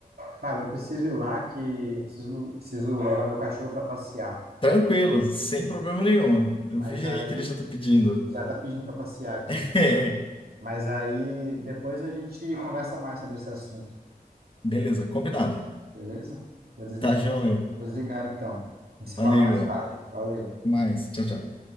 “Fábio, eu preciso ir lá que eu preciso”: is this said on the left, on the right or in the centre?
Right